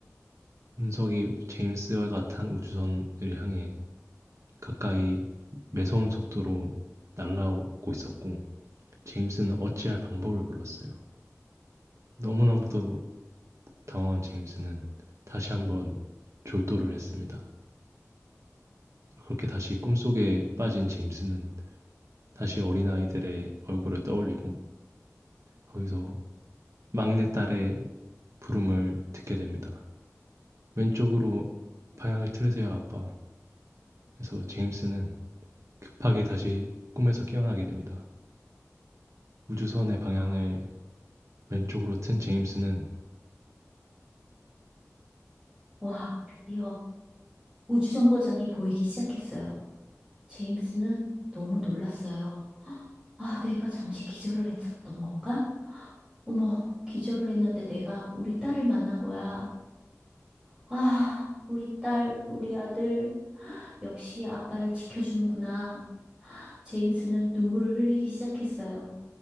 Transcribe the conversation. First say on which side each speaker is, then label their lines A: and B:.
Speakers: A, on the right; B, on the right.
A: 운석이 제임스와 같은 우주선을 향해 가까이 매서운 속도로 날아오고 있었고 제임스는 어찌할 방법을 몰랐어요. 너무나도 당황한 제임스는 다시 한번 졸도를 했습니다. 그렇게 다시 꿈속에 빠진 제임스는 다시 어린아이들의 얼굴을 떠올리고 거기서 막내딸의 부름을 듣게 됩니다. 왼쪽으로 방향을 틀으세요, 아빠. 그래서 제임스는 급하게 다시 꿈에서 깨어나게 됩니다. 우주선의 방향을
B: 아,
A: 왼쪽으로 튼 제임스는
B: 와, 드디어 우주정거장이 보이기 시작했어요. 제임스는 너무 놀랐어요. 아, 내가 잠시 기절을 했었던 건가? 어머, 기절을 했는데 내가 우리 딸을 만난 거야. 아, 우리 딸, 우리 아들, 역시 아빠를 지켜주는구나. 제임스는 눈물을 흘리기 시작했어요.